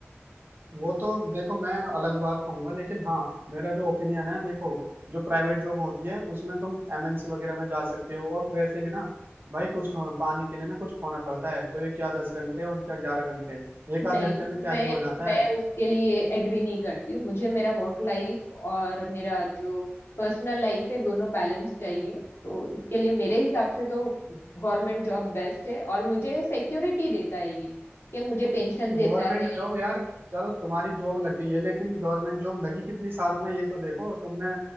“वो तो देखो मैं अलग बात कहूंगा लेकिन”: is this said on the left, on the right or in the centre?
Right